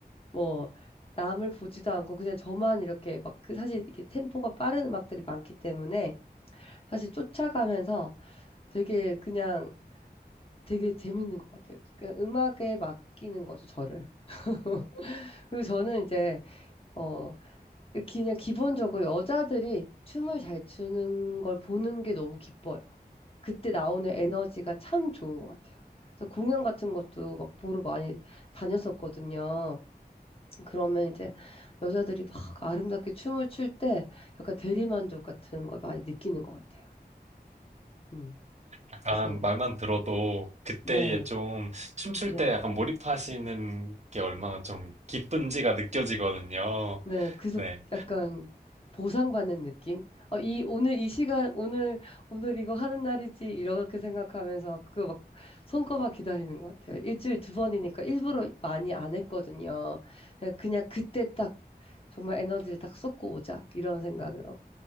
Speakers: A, on the left; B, on the right.
A: 뭐 남을 보지도 않고 그냥 저만 이렇게 막 그 사실 이게 템포가 빠른 음악들이 많기 때문에 사실 쫓아가면서 되게 그냥 되게 재밌는 것 같아요. 그냥 음악에 맡기는 거죠, 저를. <laughs> 그리고 저는 이제 어 그 그냥 기본적으로 여자들이 춤을 잘 추는 걸 보는 게 너무 기뻐요. 그때 나오는 에너지가 참 좋은 것 같아요. 그래서 공연 같은 것도 막 보러 많이 다녔었거든요. 그러면 이제 여자들이 막 아름답게 춤을 출 때 약간 대리만족 같은 걸 많이 느끼는 것 같아요. 음,
B: 약간
A: 그래서,
B: 말만 들어도 그때에
A: 네,
B: 좀 춤출
A: 네,
B: 때 약간 몰입하시는 게 얼마나 좀 기쁜지가 느껴지거든요.
A: 네. 그래서
B: 네.
A: 약간 보상받는 느낌? 어, 이, 오늘 이 시간, 오늘, 오늘 이거 하는 날이지, 이렇게 생각하면서 그거 막 손꼽아 기다리는 것 같아요. 일주일 두 번이니까 일부러 많이 안 했거든요. 그냥 그냥 그때 딱 정말 에너지를 딱 쏟고 오자, 이런 생각으로.